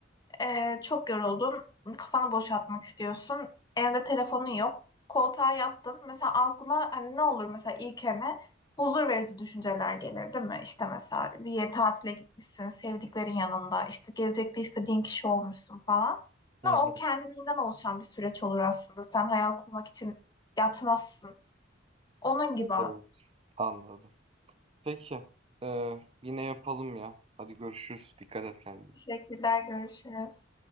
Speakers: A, on the left; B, on the right.
A: Ee, çok yoruldun, kafanı boşaltmak istiyorsun, evde telefonun yok, koltuğa yattın. Mesela aklına hani ne olur mesela ilkene hani huzur verici düşünceler gelir değil mi? İşte mesela bir yere tatile gitmişsin, sevdiklerin yanında, işte gelecekte istediğin kişi olmuşsun falan.
B: Hı
A: Ama
B: hı.
A: o kendiliğinden oluşan bir süreç olur aslında. Sen hayal kurmak için yatmazsın. Onun gibi.
B: Evet, evet. Anladım. Peki. eee, yine yapalım ya. Hadi görüşürüz. Dikkat et kendine.
A: Teşekkürler, görüşürüz.